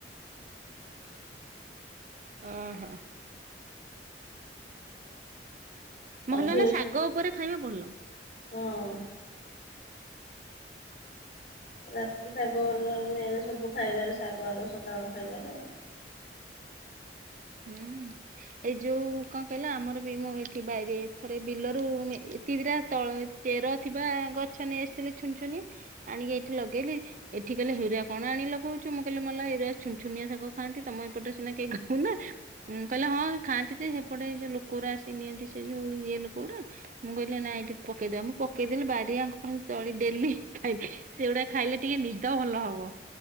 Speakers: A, on the left; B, on the right.
A: <inaudible>
B: ଓହୋ। ମହେଲ
A: ଆଉ ଝିଅ
B: ନା ଶାଗ ଉପରେ ଖାଇବା ଭଲ।
A: ହଁ। ରାତି ଶାଗେ ସବୁ ଖାଇବାରେ ଶାଗ ଆଗ ସକାଳ ଖାଇବାରେ ଆଉ।
B: ହୁଁ ଏଇ ଯୋଉ କଣ କହିଲ ଆମର ବି ମୁଁ ଏଇଠି ବାଇରେ ଥରେ ବିଲରୁ ଏ କିରା ତଳ ଚେର ଥିବା ଗଛ ନେଇ ଆସିଥିଲି ଛୁନ ଛୁନ ଆଣିକି ଏଇଠି ଲଗେଇଲି ଏଠି କହିଲେ ହେରା କଣ ଆଣିକି ଲଗଉଛୁ। ମୁଁ କହିଲି ମଲା ଏରା ଛୁନ ଛୁନିଆ ଶାଗ ଖାଆନ୍ତି ତମ ଏପଟରେ ସିନା କେହି ଖାଉନା। ଉଁ କହିଲେ ହଁ ଖାଆନ୍ତି ଯେ ସେପଟେ ଯୋଉ ଲୋକ ଗୋ ଆସି ନିଅନ୍ତି ସେ ଯୋଉ ଇଏ ଲୋକ ଗୁଡା ମୁଁ କହିଲି ନାଇ ଏଇଠି ପକେଇଦବା ମୁଁ ପକେଇଦେଲି ବାରିଆଙ୍କ ଖାଲି ତଳି ଡେଲି ଖାଇ ସେଗୁଡା ଖାଇଲେ ଟିକେ ନିଦ ଭଲ ହବ।